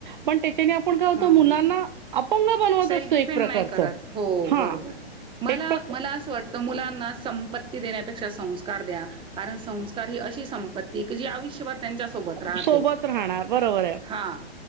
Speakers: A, on the right (about 50°); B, on the right (about 15°).
A: पण आपन काय होत,
B: हां,
A: मुलांना
B: हां.
A: अपंग बनवत
B: सेल्फ
A: असतो
B: डिपेंड
A: एक प्रकारच
B: नाही करत. हो,
A: हा
B: बरोबर.
A: एक
B: मला
A: प्रक
B: अस वाटत मुलांना ती देण्यापेक्षा संस्कार द्या, कारण संस्कार ही अशी सपंती क जी आयुष्यभर त्यांच्या सोबत राहते,
A: सोबत राहणार बरोबर आहे
B: हा.